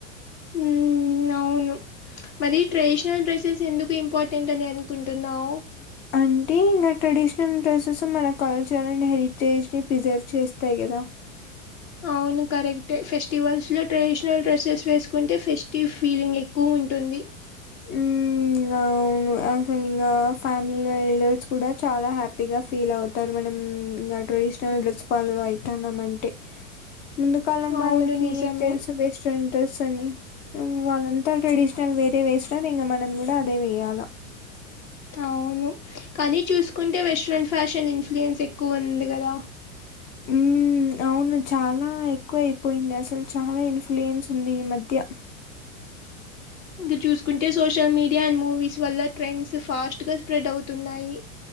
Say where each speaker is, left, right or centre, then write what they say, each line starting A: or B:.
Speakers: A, on the left; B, on the left.
A: మ్మ్ అవును మరి ట్రెడిషనల్ డ్రెస్సెస్ ఎందుకు ఇంపార్టెంట్ అని అనుకుంటున్నావు
B: అంటే ఇంకా ట్రెడిషనల్ డ్రెస్సెస్ మన కల్చర్ అండ్ హెజిటేజ్ ని ప్రిజర్వ్ చేస్తాయి గా ఇగ
A: అవును కరెక్ట్ ఫెస్టివల్స్ లో ట్రెడిషనల్ డ్రెసెస్ వేసుకుంటే ఫెస్టివ్ ఫీలింగ్ ఎక్కువ ఉంటుంది
B: మ్మ్ అవును అసలు ఇంకా ఫ్యామిలీ వెల్డర్స్ కూడా చాలా హ్యాపీగా ఫీల్ అవుతారు మనం ఇంకా రె <unintelligible> అయితన్నాం అంటే ముందు కాలం
A: అవును
B: వాళ్ళకి
A: నిజమే
B: ఏం తెలుసు వేస్ట్రెన్ డ్రస్ అని వాళ్ళంతా ట్రెడిషనల్ వేరే వేసిన ఇంకా మనం కూడా అదే వేయాల
A: అవును కానీ చూసుకుంటే వెస్ట్రన్ ఫ్యాషన్ ఇన్ఫ్లుయెన్స్ ఎక్కువ ఉంది కదా
B: మ్మ్ అవును చాలా ఎక్కువ అయిపోయింది అసలు చాలా ఇన్ఫ్లుయెన్స్ ఉంది ఈ మధ్య
A: ఇంకా చూసుకుంటే సోషల్ మీడియా అండ్ మూవీస్ వల్ల ట్రెండ్స్ ఫాస్ట్ గా స్ప్రెడ్ అవుతున్నాయి